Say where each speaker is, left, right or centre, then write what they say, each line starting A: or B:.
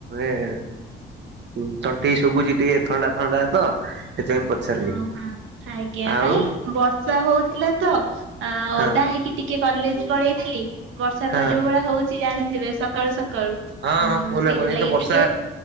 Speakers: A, on the right; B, on the right.
A: ଏ ହୁଁ ତଣ୍ଟି ଶୁଭୁଛି ଟିକେ ଥଣ୍ଡା ଥଣ୍ଡା ତ ସେଥିପାଇଁ ପଚାରିଲି।
B: ଓହୋ ଆଜ୍ଞା
A: ଆଉ
B: ନାଇଁ ବର୍ଷା ହଉଥିଲା ତ ଆଁ
A: ହଁ
B: ଓଦା ହେଇକି। ଟିକେ କଲେଜ୍ ପଳେଇଥିଲି ବର୍ଷା
A: ହଁ
B: ତ ଯୋଉ ଭଳିଆ ହଉଛି ଜାଣିଥିବେ ସକାଳୁ ସକାଳୁ।
A: ହଁ
B: ଉଁ
A: ହଁ କୁହୁନା
B: ସେଇଥିଲାଗି
A: କହୁନି ଏଇ ତ ବର୍ଷା
B: ଟିକେ